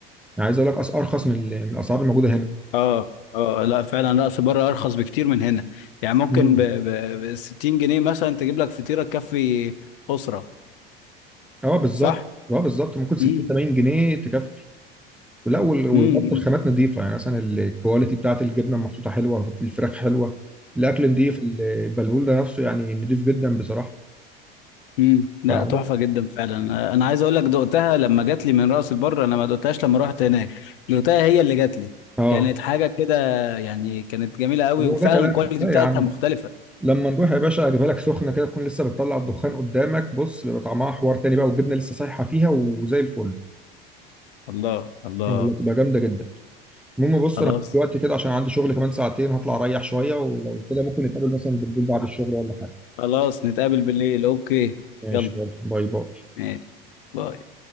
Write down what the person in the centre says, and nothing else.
يعني عايز اقول لك أس- ارخص من ال- من الاسعار الموجوده هنا
مم.
اه بالظبط
اه بالظبط ممكن 60
80 جنيه تكفي لا وال- وبرضه
الخامات نظيفه يعني مثلا الكواليتي بتاعت الجبنه محطوطه حلوه الفراخ حلوه الاكل نظيف البلبول ده نفسه يعني نظيف جدا بصراحه
فعارف
اه
هو
ده كلام
لا
يا عم
لما نروح يا باشا اجيبها لك سخنه كده تكون لسه بتطلع الدخان قدامك بص بيبقى طعمها حوار تاني بقى والجبنه لسه سايحه فيها وزي الفل
والله تبقى جامده جدا المهم بص
انا دلوقتي كده عشان عندي شغل كمان ساعتين هطلع اريح شويه ولو كده ممكن نتقابل مثلا بالليل بعد الشغل ولا حاجه
ماشي
يلا باي باي